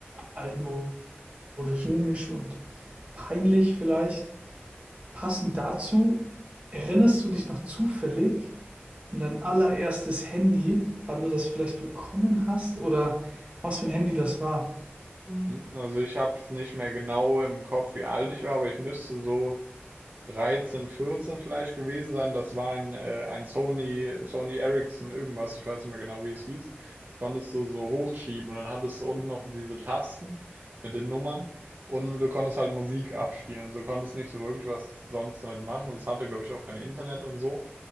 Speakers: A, on the right; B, on the right.
A: altmodisch, komisch und peinlich vielleicht. Passend dazu, erinnerst du dich noch zufällig an dein allererstes Handy, wann du das vielleicht bekommen hast oder was für ein Handy das war?
B: Mhm. Also ich habe es nicht mehr genau im Kopf, wie alt ich war, aber ich müsste so 13, 14 vielleicht gewesen sein. Das war ein, äh, ein Sony, Sony Ericsson irgendwas, ich weiß nicht mehr genau, wie es hieß. Das konntest du so hochschieben und dann hattest du unten noch diese Tasten mit den Nummern und du konntest halt Musik abspielen. Du konntest nicht so wirklich was sonst damit machen und es hatte, glaube ich, auch kein Internet und so.